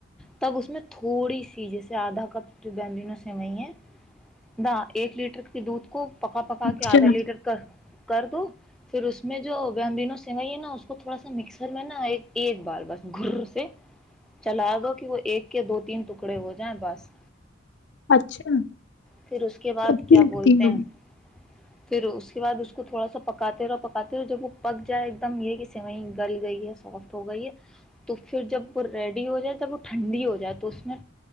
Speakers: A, in the centre; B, on the left (about 60°).
A: تب اس میں تھوڑی سی جیسے آدھا کپ جو بنو سیوئی ہے نہا ایک لیٹر کے دودھ کو <unintelligible> پکا پکا
B: اچھا
A: کے آدلی <unintelligible> کر دو پھر اس میں جو بم دینوں سوئی ہے نا اس کو تھوڑا سا مکسر میں نا ایک ایک بال بس گر سے چلا دو کہ وہ ایک کے دو تین ٹکڑے ہو جائیں بس
B: اچھا
A: پھر اس کے بعد
B: اچھی
A: کیا
B: لگتی
A: بولتے ہیں
B: ہوگی
A: <unintelligible> پھر اس کے بعد اس کو تھوڑا سا پکاتے رہو پکاتے رہو جب وہ پک جائے ایک دم یہ کہ سوئیں گل گئی ہے سافٹ ہو گئی ہے تو پھر جب وہ ریڈی ہو جائے جب وہ ٹھنڈی ہو جائے تو اس میں